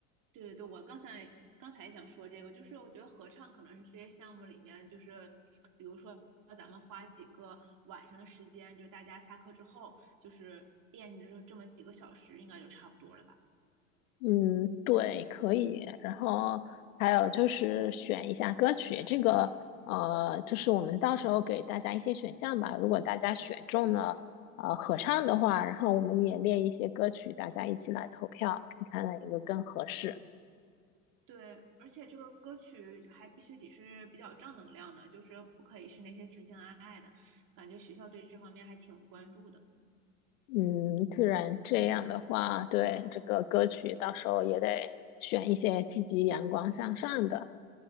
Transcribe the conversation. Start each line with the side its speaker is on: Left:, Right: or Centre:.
Right: 对对对，我刚才刚才也想说这个，就是我觉得合唱可能是这些项目里面，就是比如说咱们花几个晚上的时间，就是大家下课之后，就是练这这么几个小时，应该就差不多了吧？
Left: 嗯，对，可以。然后还有就是选一下歌曲，这个呃，就是我们到时候给大家一些选项吧。如果大家选中了呃合唱的话，然后我们也列一些歌曲，大家一起来投票，看看哪一个更合适。
Right: 对，而且这个歌曲还必须得是比较正能量的，就是不可以是那些情情爱爱的，感觉学校对这方面还挺关注的。
Left: 嗯，自然这样的话，对，这个歌曲到时候也得选一些积极、阳光向上的。